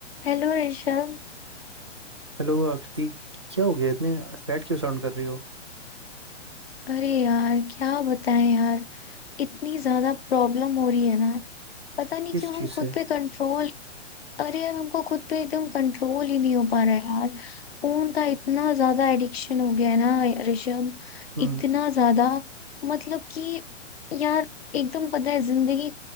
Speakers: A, on the left; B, on the right.
A: Hello Rishabh
B: Hello Aakriti क्या हो गया इतने फ्लैट क्यों साउंड कर रही हो
A: अरे यार क्या बताएं यार इतनी ज्यादा प्रॉब्लम हो रही है ना पता नहीं
B: किस
A: क्यों
B: चीज
A: हम
B: से
A: खुद पे कंट्रोल अरे यार हमको खुद पे एकदम कंट्रोल ही नहीं हो पा रहा है यार फोन का इतना ज्यादा एडिक्शन हो गया है ना ऋषभ
B: हम्म
A: इतना ज्यादा मतलब कि यार एकदम पता है जिंदगी